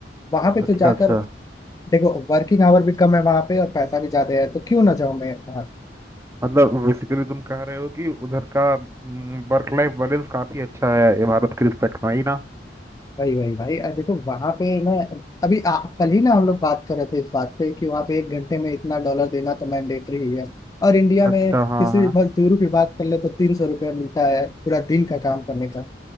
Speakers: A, on the left; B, on the right.
A: वहां पे तो
B: अच्छा
A: जाकर
B: अच्छा
A: देखो वर्किंग आवर भी कम है वहां पे और पैसा भी ज्यादा है तो क्यों ना जाऊं मैं वहां
B: मतलब बेसिकली तुम कह रहे हो कि उधर का वर्क लाइफ बैलेंस काफी अच्छा है ये भारत के रिस्पेक्ट में ही ना
A: वही वही भाई अ, देखो वहां पे ना अभी आ, कल ही ना हम लोग बात कर रहे थे इस बात पे कि वहां पे एक घंटे में इतना डॉलर देना तो मैंडेटरी ही है और इंडिया
B: अच्छा
A: में
B: हाँ
A: किसी
B: हाँ
A: मजदूर की बात कर ले तो तीन सौ रुपया मिलता है पूरा दिन का काम करने का